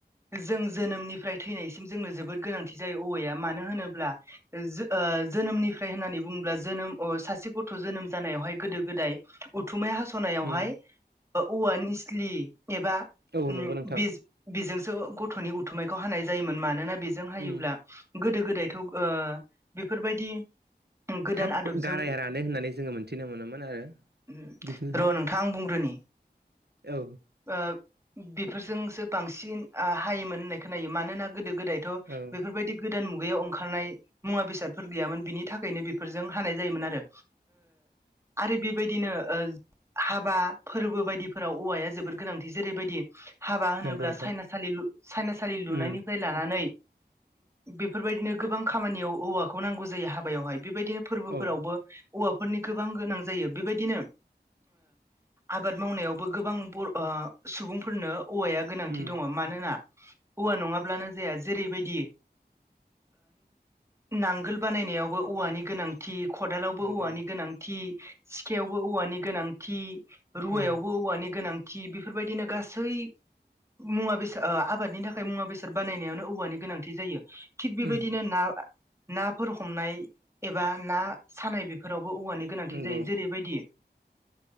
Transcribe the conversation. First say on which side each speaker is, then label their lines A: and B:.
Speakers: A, on the right; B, on the right.
A: जों जोनोमनिफ्राय थैनायसिम जोंनो जोबोद गोनांथि जायो औवाया मानो होनोब्ला जो-जोनोमनिफ्राय होननानै बुङोब्ला जोनोम सासे गथ' जोनोम जानायावहाय गोदो गोदाय उथुमाय हास'नायावहाय
B: उम
A: औवा निस्लि एबा
B: औ
A: उम
B: नंगौ नोंथां
A: बि बेजोंसो गथ'नि उथुमायखौ हानाय जायोमोन मानोना बेजों हायोब्ला
B: उम
A: गोदो गोदायथ' बेफोरबायदि गोदान
B: थाब
A: आदबजों
B: गाराया रानो होननानै जोङो मोनथिनो मोनोमोन आरो
A: उम
B: बिदिनोहाय
A: र' नोंथां आं बुंग्रोनि
B: औ
A: ओ बेफोरजोंसो बांसिन हायोमोन होननाय खोनायो मानोना गोदो गोदाय थ
B: औ
A: बेफोरबायादि गोदान मुगायावायाव ओंखारनाय मुवा बेसादफोर गैयामोन बिनि था खायनो बेफोरजों हानाय जायोमोन आरो आरो बेबायदिनो हाबा फोरबो बायदिफोराव औवाया जोबोद गोनांथि जेरैबायदि हाबा होनोब्ला
B: नंगौ नोंथां
A: साइनासालि लु-साइनासालि लुनायनिफ्राय
B: उम
A: लानानै बेफोरबायदिनो गोबां खामानियाव औवाखौ नांगौ जायो हाबायावहाय बेबायदिनो फोरबोफोरावबो
B: औ
A: औवाफोरनि गोबां गोनां जायो बेबायदिनो आबाद मावनायावबो गोबां बर' सुबुंफोरनो औवाया गोनांथि
B: उम
A: दङ मानोना औवा नङाब्लानो जाया जेरैबायदि नांगोल बानायनायावबो औवानि गोनां थि खदालावबो
B: नंगौ
A: औवानि गोनांथि सिखायावबो औवानि गोनांथि। रुवायावबो
B: उम
A: औवानि गोनांथि बेफोरबायदिनो गासै मुवा बेसाद आबादनि थाखाय मुवा बेसाद बानायनायावनो औवानि गोनांथि जायो। थिग बेबायदिनो
B: उम
A: ना नाफोर हमनाय एबा ना सानाय बेफोरावबो औवानि गोनांथि
B: नंगौ
A: जायो जेरैबायदि